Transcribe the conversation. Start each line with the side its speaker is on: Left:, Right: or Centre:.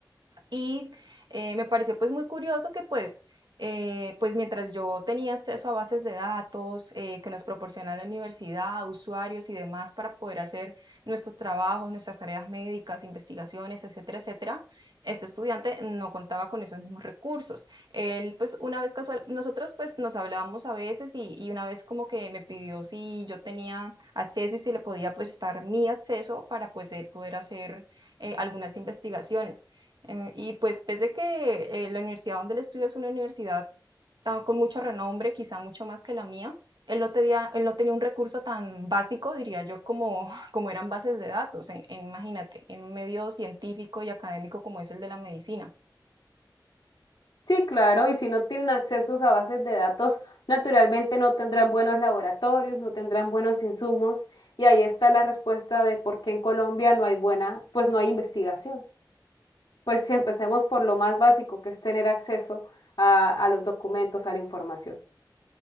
Right: Y eh, me pareció pues muy curioso que pues, eh, pues mientras yo tenía acceso a bases de datos eh, que nos proporciona la universidad, usuarios y demás para poder hacer nuestros trabajos, nuestras tareas médicas, investigaciones, etcétera, etcétera, este estudiante no contaba con esos mismos recursos. Él pues una vez casual, nosotros pues nos hablábamos a veces y, y una vez como que me pidió si yo tenía acceso y si le podía pues estar mi acceso para pues él poder hacer eh, algunas investigaciones. Eh, y pues pese que eh, la universidad donde él estudia es una universidad tan, con mucho renombre, quizá mucho más que la mía, él no tenía, él no tenía un recurso tan básico, diría yo, como, <laughs> como eran bases de datos, en- en- imagínate, en un medio científico y académico como es el de la medicina.
Left: Sí, claro, y si no tienen accesos a bases de datos, naturalmente no tendrán buenos laboratorios, no tendrán buenos insumos, y ahí está la respuesta de por qué en Colombia no hay buenas, pues no hay investigación. Pues si empecemos por lo más básico, que es tener acceso a, a los documentos, a la información.